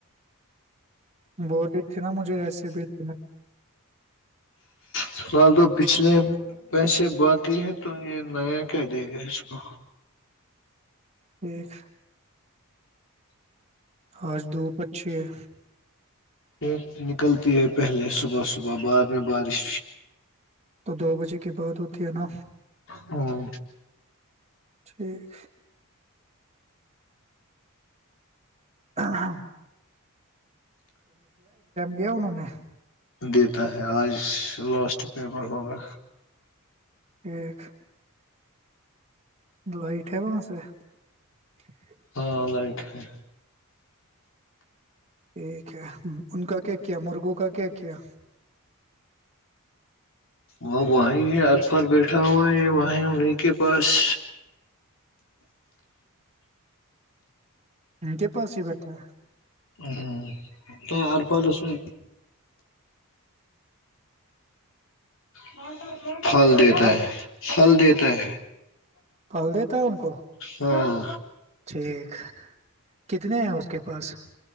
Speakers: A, on the right; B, on the left.
A: ب رہی تھی نا مجھے ایسے بھی دینا
B: فی الال تو پچھلے پیسے باقی ہے تو یہ نیا کیا دے گا اس کو
A: ایکیک آج دھوپ اچھی ہے
B: پھی نکلتی ہے پہلے صبح صبح بعد میں بارش
A: تو دو بجے کے بعد ہوتی ہے نا
B: ہاں
A: ٹھیک ہاںاں گیا اننوں نے
B: دیتا ہے آج لاسٹ پیپر ہوگا
A: ایک لائیٹ ہے وہاں سے <inaudible>
B: ہاں لائٹ ہے
A: ٹھیک ہے ان کا کیا کیا مرغوں کا کیا کیا
B: وہ وہیں ہے ارفر بیٹھا ہوا ہے وہیں انہیں کے پاس
A: ہ کیا پاؤ سی ب اھا
B: ہ ہ تو اور پل سن بہت بہ پھل دیتا
A: ہاں
B: ہے پھل دیتا <inaudible>
A: پال دیتا ہے ان کو
B: ہاں
A: ٹھیک کتنے ہیں اس کے پاس